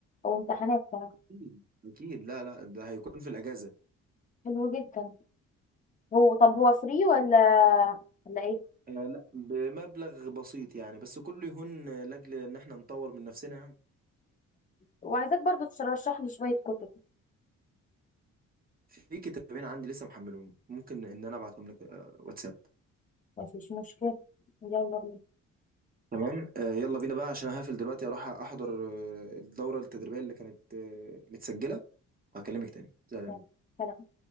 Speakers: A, on the left (about 25°); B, on the right (about 30°).
A: او امتحانات كمان
B: اكيد اكيد لا لا ده هيكون في الاجازة
A: حلو جدا هو طب هو فري ولا ولا ايه
B: آه لا بمبلغ بسيط يعني بس كله يهون آه، لاجل ان احنا نطور من نفسنا يعني
A: وعايزاك برضو ترشح لي شوية كتب
B: في كتابين عندي لسه محملهم ممكن ان انا ابعتهم لك آه، واتساب
A: مفيش مشكلة يلا
B: تمام آه، يلا بينا بقى عشان هقفل دلوقتي اروح احضر آه، الدورة التدريبية اللي كانت آه، متسجلة وهكلمك تاني سلام
A: بينا